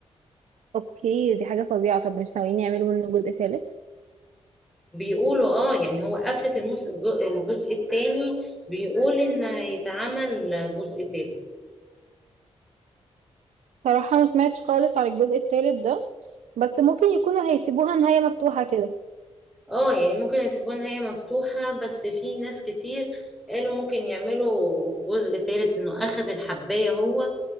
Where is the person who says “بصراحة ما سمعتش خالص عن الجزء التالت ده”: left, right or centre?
Right